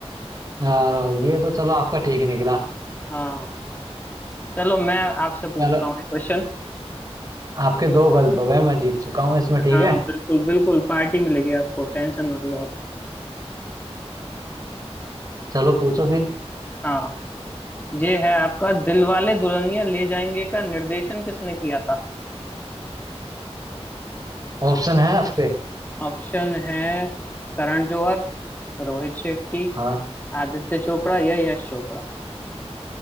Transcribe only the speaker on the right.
और ये तो चलो आपका ठीक निकला
चलो
आपके दो गलत हो गए मैं जीत चुका हूँ इसमें ठीक
है
चलो पूछो फिर
ऑप्शन है आपके
हाँ